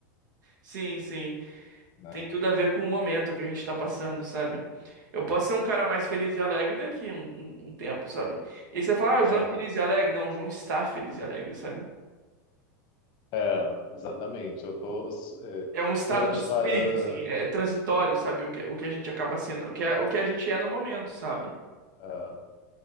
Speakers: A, on the right; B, on the left.
A: Sim, sim.
B: Né?
A: tem tudo a ver com o momento que a gente tá passando, sabe? Eu posso ser um cara mais feliz e alegre daqui um, um- um tempo, sabe? E aí você fala, ah, o João
B: Ah,
A: é feliz e alegre. Não, o João está feliz e alegre, sabe?
B: é, exatamente. Eu tô. é,
A: É um estado
B: quando a
A: de
B: pessoa
A: espírito,
B: fala.
A: assim,
B: ah,
A: é transitório, sabe? O que, o que a gente acaba sendo, o que, é- o que a gente é no momento, sabe?
B: ah,